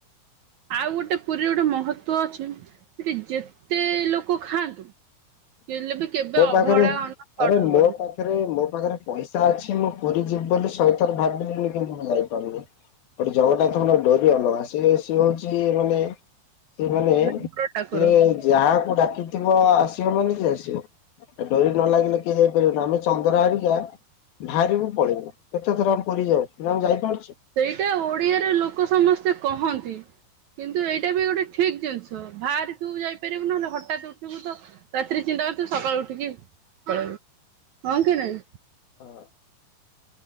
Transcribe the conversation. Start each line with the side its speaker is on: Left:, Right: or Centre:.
Right: ଆଉ ଗୋଟେ ପୁରୀରେ ଗୋଟେ ମହତ୍ତ୍ବ ଅଛି ସେଠି ଯେତେ ଲୋକ ଖାଆନ୍ତୁ ଥିଲେ ବି କେବେ
Left: ମୋ ପାଖରେ
Right: ଅଭଡା ଅନ୍ନ ସଟ
Left: ଆରେ
Right: ହବନି।
Left: ମୋ ପାଖରେ ମୋ ପାଖରେ ପଇସା ଅଛି ମୁଁ ପୁରୀ ଯିବି ବୋଲି ଶହେ ଥର ଭାବିଲିଣି କିନ୍ତୁ ମୁଁ ଯାଇପାରୁନି। ଗୋଟେ ଜଗନ୍ନାଥଙ୍କର ଡୋରି ଅଲଗା ସେ ସିଏ ହଉଛି ମାନେ ସେମାନେ
Right: ଠାକୁର ଠାକୁର
Left: ସେ ଯାହାକୁ ଡାକିଥିବ ଆସିବ ମାନେ ସିଏ ଆସିବ। ଡୋରି ନ ଲାଗିଲେ କି ଯାଇପାରିବେନି ଆମେ ଚନ୍ଦ୍ର ହାରିକା ଭାରିବୁ ପଳେଇବୁ କେତେ ଥର ଆମେ ପୁରୀ ଯାଉ କିନ୍ତୁ ଆମେ ଯାଇପାରୁଛୁ।
Right: ସେଇଟା ଓଡ଼ିଆର ଲୋକ ସମସ୍ତେ କହନ୍ତି। କିନ୍ତୁ ଏଇଟା ବି ଗୋଟେ ଠିକ୍ ଜିନିଷ ଭାରିଥିବୁ ଯାଇପାରିବୁନୁ ନହେଲେ ହଠାତ ଉଠିବୁ ତ ରାତିରେ ଚି ଥିବୁ ସକାଳୁ ଉଠିକି ପଳେବୁ। ହଁ କି ନାଇଁ
Left: ହଁ